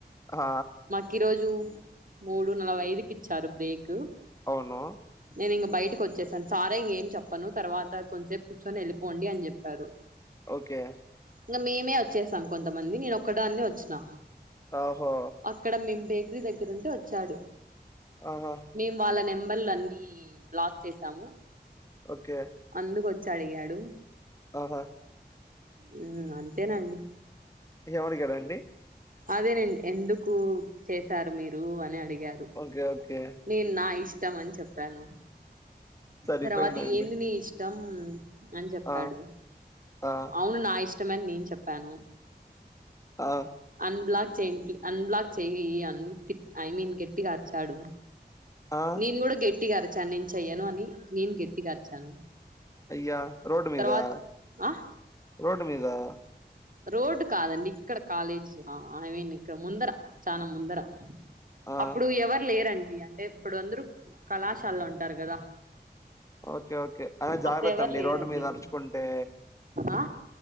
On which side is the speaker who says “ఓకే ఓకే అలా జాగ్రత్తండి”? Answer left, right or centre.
Left